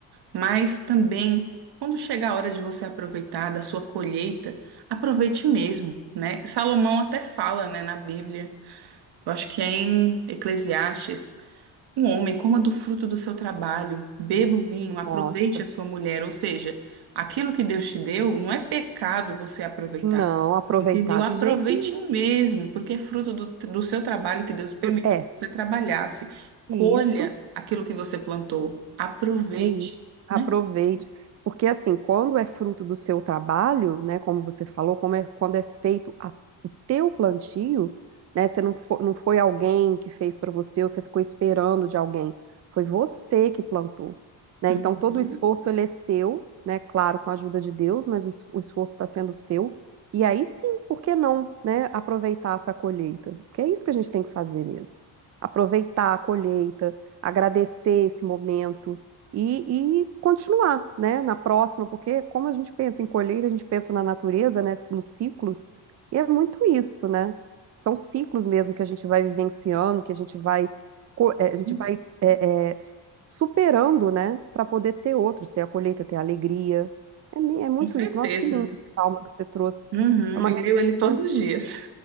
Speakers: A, on the right; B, on the right.
A: mas também quando chega a hora de você aproveitar da sua colheita, aproveite mesmo, né? Salomão até fala, né, na Bíblia Eu acho que é em Eclesiastes, um homem coma do fruto do seu trabalho, beba o vinho, aproveite
B: Nossa,
A: a sua mulher. Ou seja, aquilo que Deus te deu, não é pecado você aproveitar.
B: não aproveitar
A: Entendeu? Aproveite
B: de jeito nenhum.
A: mesmo, porque é fruto do, do seu trabalho que Deus permitiu
B: É,
A: que você trabalhasse. Colha
B: isso.
A: aquilo que você plantou. Aproveite,
B: É isso.
A: né?
B: Aproveite. Porque, assim, quando é fruto do seu trabalho, né, como você falou, como é, quando é feito a- o teu plantio, né, você não foi, não foi alguém que fez para você ou você ficou esperando de alguém. Foi você que plantou, né?
A: Uhum,
B: Então, todo o esforço, ele é seu, né? Claro, com a ajuda de Deus, mas o, es- o esforço está sendo seu. E aí sim, por que não, né, aproveitar essa colheita? Porque é isso que a gente tem que fazer mesmo. Aproveitar a colheita, agradecer esse momento, e, e continuar, né, na próxima, porque como a gente pensa em colheita, a gente pensa na natureza, né, nos ciclos, e é muito isso, né? São ciclos mesmo que a gente vai vivenciando, que a gente vai, co- eh, a gente
A: uhum.
B: vai eh, eh, superando, né, para poder ter outros, ter a colheita, ter a alegria. É, mi- é muito
A: Com certeza.
B: isso. Nossa, que lindo esse salmo que você trouxe.
A: Uhum,
B: É uma
A: Eu
B: reflexão.
A: leio ele todos os dias.